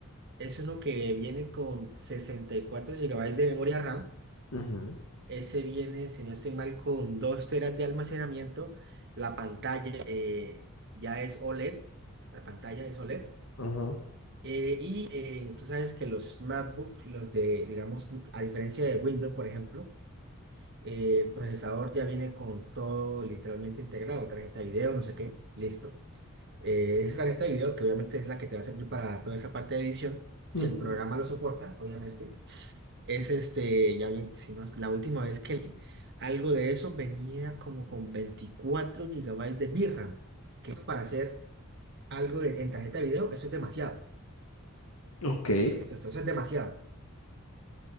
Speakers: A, on the right; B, on the left.
A: Es uno que viene con 64 gigabytes de memoria RAM.
B: Ujú,
A: Ese viene, si no estoy mal, con 2 teras de almacenamiento. La pantalla eh, ya es OLED. La pantalla es OLED.
B: ujú,
A: Eh, y eh, tú sabes que los MacBook, los de, digamos, a diferencia de Windows, por ejemplo, eh, el procesador ya viene con todo literalmente integrado. Tarjeta de video, no sé qué. Listo. Eh, esa tarjeta de video, que obviamente es la que te va a servir para toda esa parte de edición,
B: ujú.
A: si el programa lo soporta, obviamente. Es este, ya bien, si no, es- la última vez que leí algo de eso venía como con 24 gigabytes de VRAM, que eso para hacer algo de- en tarjeta de video, eso es demasiado.
B: Ok,
A: Para ponerte- esto- eso es demasiado.